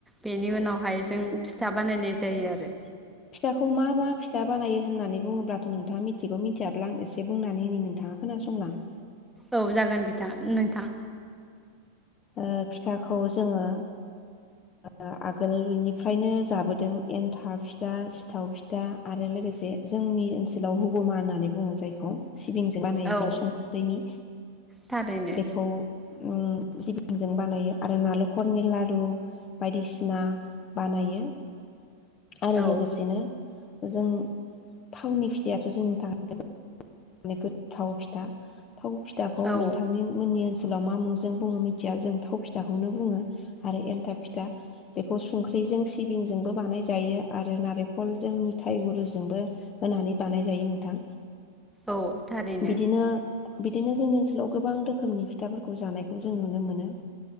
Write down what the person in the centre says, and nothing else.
बेनि उनावहाय जों फिथा बानायनाय जायो आरो
औ जागोन बिथां नोंथां
औ
थारैनो
औ
औ
औ थारैनो।